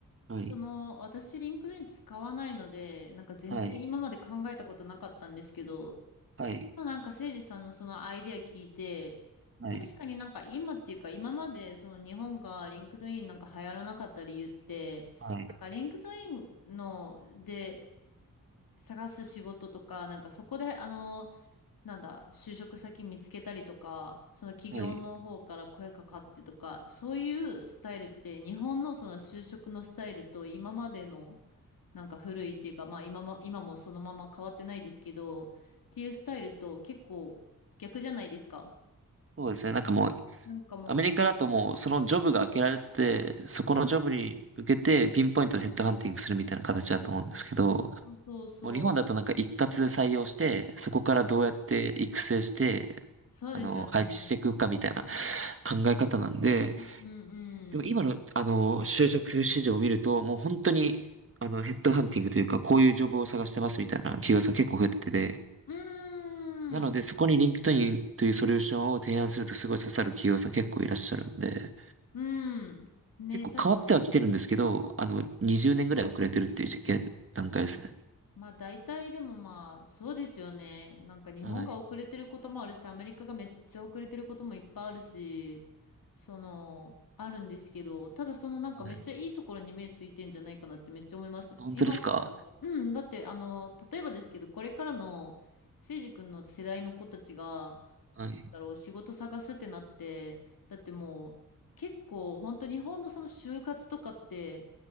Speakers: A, on the right; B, on the left.
A: はい。
B: その、私、リンクドイン使わないので、なんか全然今まで考えたことなかったんですけど、
A: はい。はい。
B: 今なんか誠司さんのそのアイデア聞いて、
A: はい。
B: 確かになんか今っていうか今までその日本がリンクドインなんか流行らなかった理由って、
A: はい。
B: なんかリンクドインので探す仕事とか、なんかそこであのなんだ、就職先見つけたりとか、その企業の方から声かかってとか、
A: はい。
B: そういうスタイルって、日本のその就職のスタイルと今までの、なんか古いっていうか、まあ今も、今もそのまま変わってないですけど、っていうスタイルと結構逆じゃないですか。
A: そうですね。なんかもう
B: なんかも
A: アメリカだともうそのジョブが開けられてて、そこのジョブに向けてピンポイントでヘッドハンティングするみたいな形だと思うんですけど、
B: う、うんそうそうそう。
A: もう日本だとなんか一括で採用して、そこからどうやって育成して、
B: そうですよね。
A: あの、配置していくかみたいな考え方なんで、
B: うんうん
A: でも今のあの、
B: うん。
A: 就職市場を見ると、もう本当にあの、ヘッドハンティングというか、こういうジョブを探してますみたいな企業さん結構増えててで、
B: うーん。
A: なのでそこに LinkedIn というソリューションを提案するとすごい刺さる企業さん結構いらっしゃるんで、
B: うん。ね、
A: 結構変わっては来てるんですけど、
B: 確
A: あの、20年ぐらい遅れてるっていう現段階ですね。
B: まあ大体でもまあそうですよね。なんか日本が遅れてることもあるし、
A: はい。
B: アメリカがめっちゃ遅れてることもいっぱいあるし、その、あるんですけど、ただそのなんかめっちゃいいところに目ついてんじゃないかなってめっちゃ思います。
A: はい。あ本当ですか
B: 今、うん、だってあの、例えばですけど、これからのせいじ君の世代の子たちが、
A: はい。
B: だろう、仕事探すってなって、だってもう結構本当日本のその就活とかって、